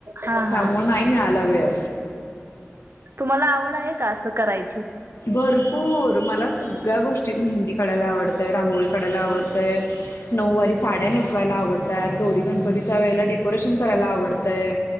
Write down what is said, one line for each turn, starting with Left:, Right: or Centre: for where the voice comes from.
Right: हा
Left: त्यामुळे
Right: हा
Left: नाही मिळाला वेळ
Right: तुम्हाला आवड आहे का? करायची
Left: भरपूर मला सगळ्या गोष्टी मेहंदी काढायला आवडतं आहे. रांगोळी काढायला आवडतं आहे. नऊवारी साड्या नेसायला आवडतात. गोरी गणपतीच्या वेळे डेकोरेश करायला आवडतंय.